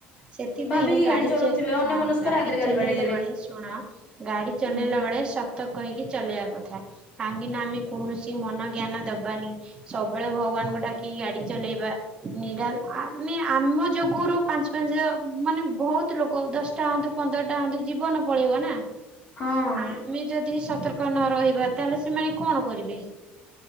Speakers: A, on the right (about 20°); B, on the left (about 30°).
A: ସେ ସେଥିପାଇଁ
B: ଭାବିକି
A: ଗାଡି
B: ଚଲଉଥିବେ
A: ଚ
B: ଅନ୍ୟ
A: ହଁ
B: ମନସ୍କରେ
A: ଗାଡି
B: ଆଗରେ
A: ଚଲେଇଲା
B: ବାଡେଇ ଦେବେ।
A: ବେଳେ ଶୁଣ ଗାଡି ଚଲେଇଲା
B: ହୁଁ
A: ବେଳେ ସ ତ କହିକି ଚଲେଇିବା କଥା କାହିଁକି ନା ଆମେ କୌଣସି ମନ ଜ୍ଞାନ ଦବାନି ସବୁବେଳେ ଭଗବାନଙ୍କୁ ଡାକି ଗାଡି ଚଲେଇବା। ନିରା ମାନେ ଆମ ଯୋଗୁରୁ ପାଞ୍ଚ ପାଞ୍ଚ ମାନେ ବହୁତ ଲୋକ ଦଶ ଟା ହନ୍ତୁ ପନ୍ଦରଟା ହନ୍ତୁ ଜୀବନ ପଳେଇବ ନା
B: ହଁ
A: ଆମେ ଯଦି ସତର କ ନ ରହିବା ତାହେଲେ ସେମାନେ କଣ କରିବେ।